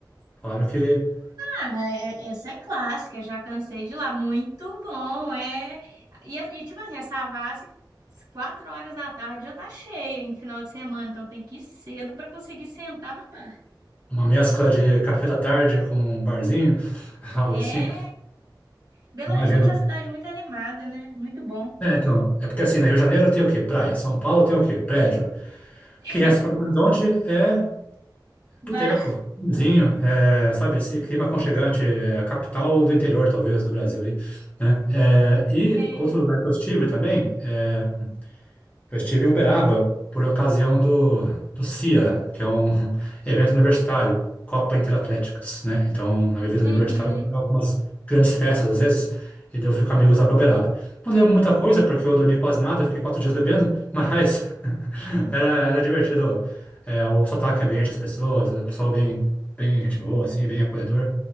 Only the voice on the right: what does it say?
Ah, é- é- essa é clássica, já cansei de ir lá. Muito bom, é. E, a- e, tipo assim, essa Savassi, às quatro horas da tarde já tá cheia em final de semana, então tem que ir cedo para conseguir sentar no bar.
É.
Belo
Horizonte é uma cidade muito animada, né? Muito bom.
<laughs>
Bar.
É,
Uhum,